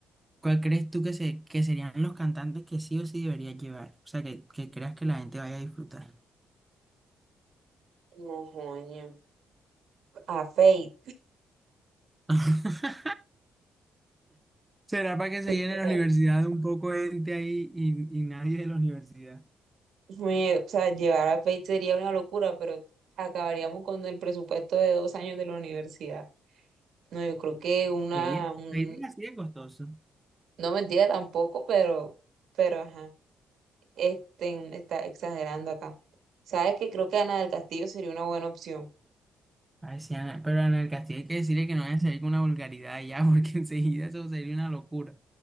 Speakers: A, on the right (about 15°); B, on the right (about 70°).
A: ¿cuál crees tú que, se, que serían los cantantes que sí o sí deberías llevar? O sea, que, que creas que la gente vaya a disfrutar.
B: No, joña. a Fate.
A: <laughs> ¿Será para que se
B: <laughs>
A: llene la universidad un poco de gente ahí y, y nadie de la universidad?
B: Me- o sea, llevar a Fate sería una locura, pero acabaríamos con el presupuesto de dos años de la universidad. No, yo creo que una,
A: Pedir,
B: un-
A: pedir es así de costoso.
B: no mentira tampoco, pero, pero ajá, este, está exagerando acá. Sabes que creo que Ana del Castillo sería una buena opción.
A: Ay, sí, Ana, pero en el Castillo hay que decirle que no vaya a salir con una vulgaridad ya, porque <laughs> enseguida eso sería una locura.